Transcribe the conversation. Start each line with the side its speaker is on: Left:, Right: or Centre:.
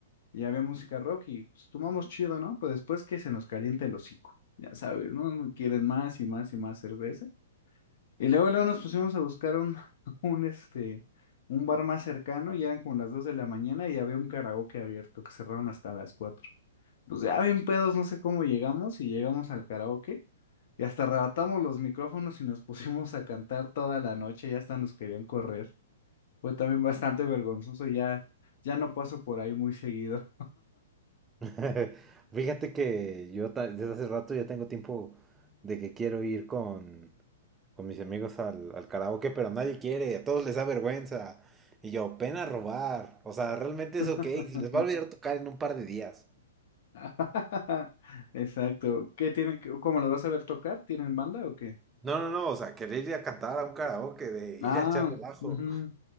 Left: y había música rock y pues tomamos chido, ¿no? Pues después que se nos caliente el hocico, ya sabes, ¿no? Quieren más y más y más cerveza. Y luego, luego nos pusimos a buscar un, <laughs> un, este, un bar más cercano y eran como las 2 de la mañana y había un karaoke abierto que cerraron hasta las 4. Pues ya bien pedos, no sé cómo llegamos y llegamos al karaoke y hasta arrebatamos los micrófonos y nos <laughs> pusimos a cantar toda la noche y hasta nos querían correr. Fue también bastante vergonzoso, ya, ya no paso por ahí muy seguido.
Right: <laughs> Fíjate que yo ta- desde hace rato ya tengo tiempo de que quiero ir con, con mis amigos al, al karaoke, pero nadie quiere, a todos les da vergüenza. Y yo, pena robar. O sea, realmente es
Left: <laughs>
Right: ok, se les va a olvidar tocar en un par de días.
Left: <laughs> Exacto. ¿Qué tienen? que- ¿Cómo los vas a ver tocar? ¿Tienen banda o qué?
Right: No, no, no, o sea, querer ir a cantar a un karaoke, de
Left: Ah,
Right: ir a echar relajo.
Left: ujú.